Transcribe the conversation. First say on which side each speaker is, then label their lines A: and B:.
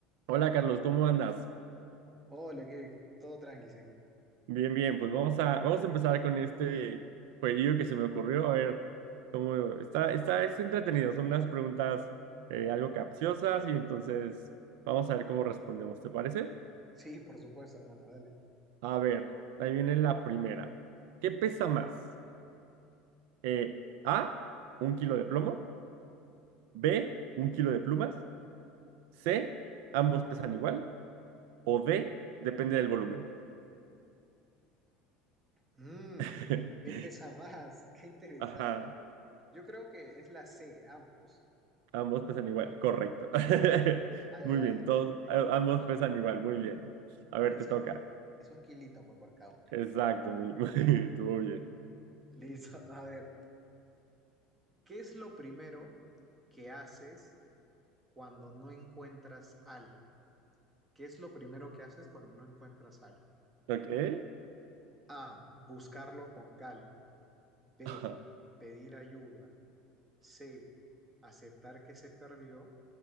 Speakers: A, on the right; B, on the right.
A: Hola Carlos, ¿cómo andas?
B: Hola, que todo tranquis aquí.
A: Bien, bien, pues vamos a, vamos a empezar con este jueguillo que se me ocurrió. A ver, cómo está, está, es entretenido, son unas preguntas eh, algo capciosas y entonces vamos a ver cómo respondemos, ¿te parece?
B: Sí, por supuesto, hermano, dale.
A: A ver, ahí viene la primera. ¿Qué pesa más? Eh, A, un kilo de plomo, B, un kilo de plumas, C, ambos pesan igual, o D, depende del volumen.
B: Mmm,
A: <laughs>
B: ¿qué pesa más? <laughs> Qué interesante.
A: Ajá.
B: Yo creo que es la C, ambos.
A: Ambos pesan igual, correcto. <laughs>
B: Ay,
A: Muy
B: ay, ay.
A: bien, todos,
B: Es
A: a- ambos pesan igual, muy bien. A
B: es
A: ver,
B: que
A: te
B: es
A: toca.
B: un, es un kilito pues, por cada una.
A: Exacto, muy, <laughs> muy, estuvo bien.
B: Listo, <laughs> a ver. ¿Qué es lo primero que haces cuando no encuentras algo? ¿Qué es lo primero que haces cuando no encuentras algo?
A: Ok. <laughs>
B: A, buscarlo con calma. B,
A: Ajá.
B: pedir ayuda. C, aceptar que se perdió.